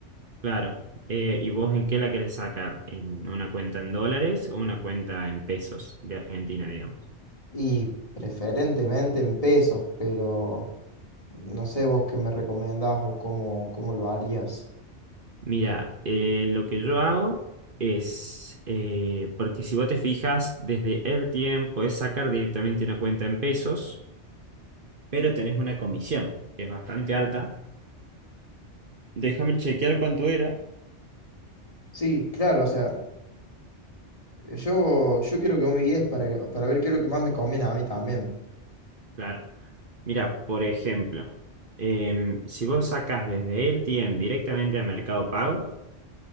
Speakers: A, on the right (about 50°); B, on the left (about 30°).
A: Claro. Eh, ¿y vos en qué la querés sacar? ¿En una cuenta en dólares o una cuenta en pesos de Argentina, digamos?
B: Y preferentemente en pesos, pero no sé vos qué me recomendás o cómo, cómo lo harías.
A: Mira, eh, lo que yo hago es, eh, porque si vos te fijas, desde el tiempo podés sacar directamente una cuenta en pesos. pero tenés una comisión que es bastante alta. Déjame chequear cuánto era.
B: Sí, claro, o sea, yo, yo quiero que vos me guíes para, que- para ver qué es lo que más me conviene a mí también.
A: Claro. Mira, por ejemplo, em, si vos sacás desde el LTM directamente a Mercado Pago,